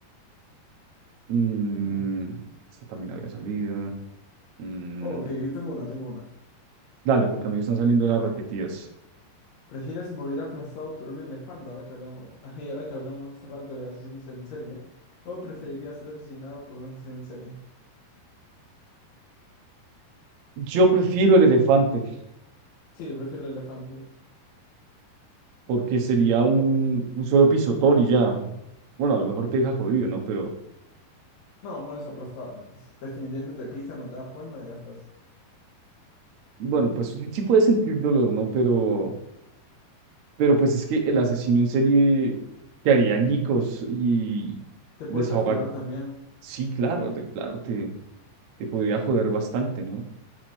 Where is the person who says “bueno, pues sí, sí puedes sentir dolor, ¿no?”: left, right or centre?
Right